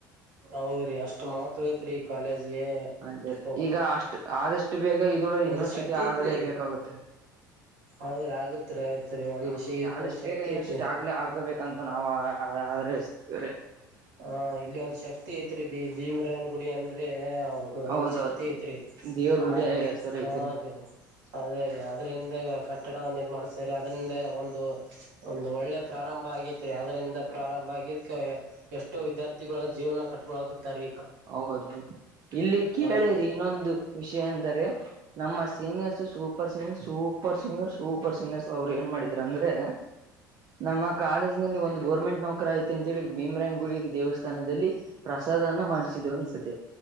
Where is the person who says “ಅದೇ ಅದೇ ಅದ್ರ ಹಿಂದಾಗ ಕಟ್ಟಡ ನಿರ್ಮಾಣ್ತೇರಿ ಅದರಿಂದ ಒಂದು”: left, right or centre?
Right